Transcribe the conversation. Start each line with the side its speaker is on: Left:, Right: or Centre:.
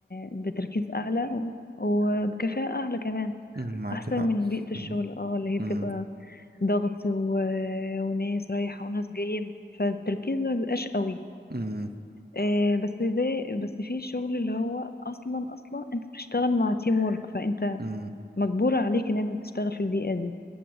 Left: وبتركيز اعلى و- وبكفاءة اعلى كمان
Right: أمم، معاكي
Left: احسن
Right: حق
Left: من بيئة الشغل
Right: امم
Left: اه اللي هي بتبقى
Right: امم
Left: ضغط و... وناس رايحة وناس جاية فالتركيز ما بيبقاش قوي
Right: امم
Left: آه، بس زي بس في الشغل اللي هو اصلا اصلا انت بتشتغل مع تيم وورك فانت
Right: أمم.
Left: مجبورة عليك ان انت تشتغل في البيئة دي